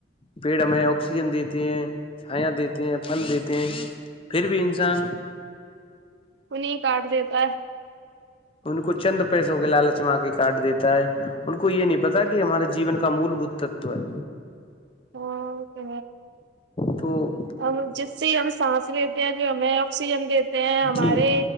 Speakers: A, on the left (about 30°); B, on the right (about 65°).
A: پیڑ میں آکسیجن دیتے ہیں چھایا دیتے ہیں پھل دیتے ہیں پھر بھی انسان
B: ان نہیںیں کاٹ دیتا ہے
A: ان کو چند پیسوں کے لالچ میں کے کاارڈ دیتا ہے ان کو یہ نہیں پتا کہ ہمارے جیون کا مول بھت تت ہے
B: ا کہ
A: تو
B: ہم جس سے ہم سانس لیتے ہیں جو ہمیں آکسیجن دیتے ہیں ہمارے
A: جی